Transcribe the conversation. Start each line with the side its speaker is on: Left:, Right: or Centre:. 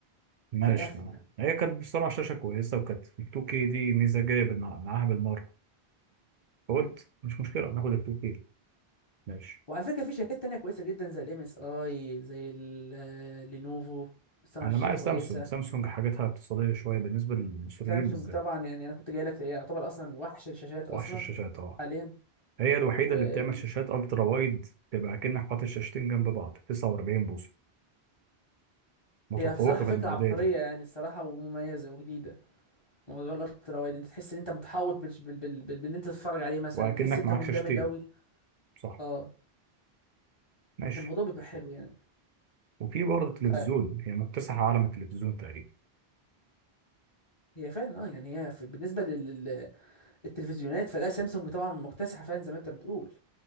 Right: ماشي
Left: من الاخر
Right: تمام
Left: يعني
Right: هي كانت بصراحة شاشة كويسة وكانت ال 2K دي ميزة جاية بالمع- معاها بالمرة فقلت
Left: امم
Right: مش مشكلة ناخد ال 2K ماشي
Left: وعلى فكره في شركات تانية كويسه جدا زي الام اس اي زي ال- آه، لينوفو بتصنع
Right: انا
Left: شاشات
Right: معايا
Left: كويسه
Right: سامسونج سامسونج حاجاتها اقتصادية شوية بالنسبة للمصريين
Left: سامسونج
Right: بالذات
Left: طبعا يعني انا كنت جاي لك يعتبر اصلا وحش الشاشات
Right: وحش
Left: اصلا
Right: الشاشات طبعا
Left: حاليا
Right: هي الوحيدة
Left: وهي
Right: اللي بتعمل شاشات الترا وايد تبقى كأنك حاطط شاشتين جنب بعض 49 بوصة متفوقة
Left: بصراحه فكره
Right: في المواضيع
Left: عبقريه
Right: دي
Left: يعني الصراحه ومميزه وجديده موضوع الالترا وايد انت تحس ان انت متحوط بال... بال... بال... بال... باللي انت تتفرج عليه مثلا
Right: وأكنك
Left: تحس انت
Right: معاك
Left: مندمج
Right: شاشتين
Left: قوي
Right: صح
Left: اه
Right: ماشي
Left: الموضوع بيبقى حلو يعني
Right: وفي برضه تلفزيون
Left: فهي
Right: هي مكتسحة عالم التلفزيون تقريبا
Left: فعلا اه يعني هي في... بالنسبه لل- لل- للتلفزيونات فلا سامسونج طبعا مكتسحه فعلا زي ما انت بتقول